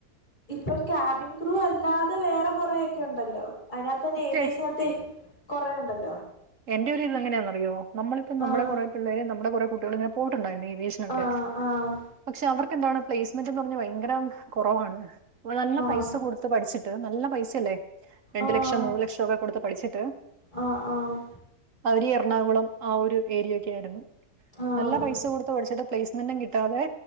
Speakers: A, on the left (about 25°); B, on the right (about 50°).
A: ഇപ്പം ക്യാബിൻ ക്രൂ അല്ലാതെ വേറെ കൊറെയൊക്കെണ്ടല്ലോ അതിനാത്തന്നെ
B: പക്ഷെ
A: ഏവിയേഷനത്തെ കൊറേ ഒണ്ടല്ലോ
B: എന്റെ ഒരു ഇത് എങ്ങനെയാന്നറിയോ നമ്മളിപ്പം നമ്മടെ
A: ആഹ്
B: കൊറേ പിള്ളേരെ നമ്മടെ കൊറെ കുട്ടികൾ ഇങ്ങനെ പോയിട്ടുണ്ടായിരുന്നു ഈ ഏവിയേഷനക്കെ
A: ആഹ് ആഹ്
B: പക്ഷെ അവർ എന്താണ് പ്ലേസ്മെന്റ് എന്ന് പറഞ്ഞാ ഭയങ്കരം കൊറവാണ് വോളല്ല പൈസ
A: ആണോ
B: കൊടുത്ത് പഠിച്ചിട്ട് നല്ല പൈസ ഇല്ലേ രണ്ടു
A: ആഹ്
B: ലക്ഷം മൂന്ന് ലക്ഷോക്കെ കൊടുത്ത് പഠിച്ചിട്ട്
A: ആഹ് ആഹ്
B: അവര് എറണാകുളം ആ ഒരു ഏരിയൊക്കെ ആയിരുന്നു
A: ആഹ് ആഹ്
B: നല്ല പൈസ കൊടുത്ത് പഠിച്ചട്ട് പ്ലേസ് ഒന്നും കിട്ടാതെ